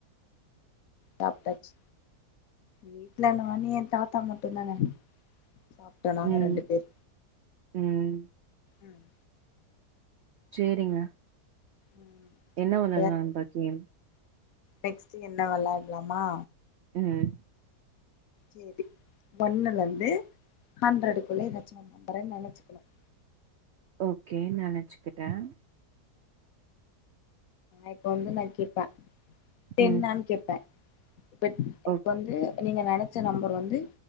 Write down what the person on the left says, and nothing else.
சாப்டாச்சு வீட்ல என்ன வனியன் தாத்தா மட்டு ம தானே சாப்பிட்டனும் அங்க
ரெண்டு பேர்
ம்
ம் சேரி
நெக்ஸ்ட் என்ன விளாடலாமா
சரி ஒண்ணுல இருந்து ஹண்ட்ரடுக்குள்ள ஏதாச்சும் நம்பற நினைச்சக்கணும்
இப்ப வந்து நா கேப்பே என்
நான்னு கேட்பேன் இப்ப
இப்ப வந்து நீங்க நினைச்ச நம்பர் வந்து